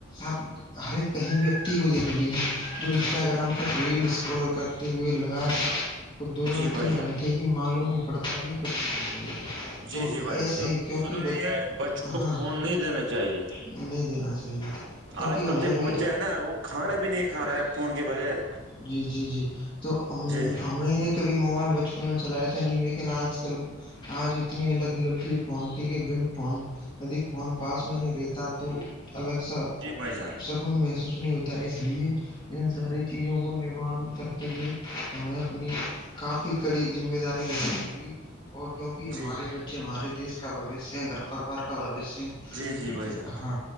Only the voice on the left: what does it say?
اب ہر ایک کہیں ویکتی کو دیکھ لیجیے جو انسٹاگرام پر ریل اسکرال کر <unintelligible>
تو
ایسے ہی
کیونکہ
ہاں
نہیں دینا چاہیے کیونکہ
ہمیں
بھی
جی جی <unintelligible>
کبھی موبائل بچپن میں چلایا تھا نہیں لیکن آج کل آج اتنی مت لگھی ہے فون کیک بن فون ب فون پاس میں نہیں رہتا تو الگ سا
ن محسوس نہیں ہوتا ہے اس لیے ان ساری چیزوں کو نوان کرتے ہوئے ہمیں اپنی کافی کڑی ذمہ داری رہتی ہوگی اور کیونکہ ہمارے
بچے ہمارے دیش کا بوشیہ ہے گھر پروار کا بوشیہ
ہاں